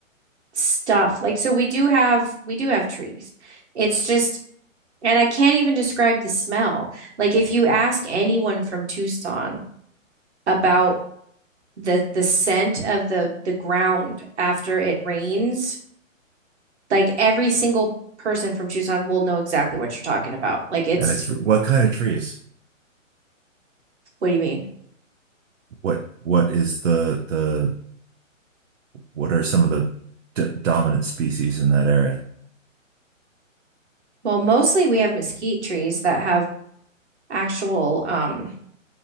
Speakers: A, on the right; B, on the right.
A: stuff. Like so we do have we do have trees. It's just and I can't even describe the smell. Like if you ask anyone from Tucson about the the scent of the the ground after it rains, like every single person from Tucson will know exactly what you're talking about. Like it's
B: And it's what kind of trees?
A: what do you mean?
B: What what is the the what are some of the d dominant species in that area?
A: Well, mostly we have mesquite trees that have actual um